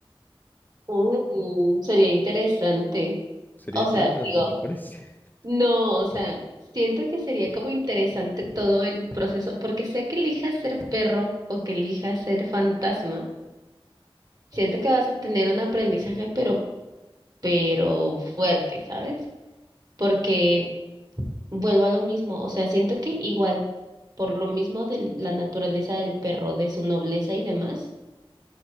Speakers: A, on the right (about 45°); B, on the left (about 20°).
A: Uh, sería interesante.
B: Sería
A: O
B: interesante,
A: sea, digo,
B: ¿te parece? <laughs>
A: no, o sea, siento que sería como interesante todo el proceso, porque sea que elijas ser perro o que elijas ser fantasma, Siento que vas a tener un aprendizaje, pero, pero fuerte, ¿sabes? Porque vuelvo a lo mismo, o sea, siento que igual, por lo mismo de la naturaleza del perro, de su nobleza y demás,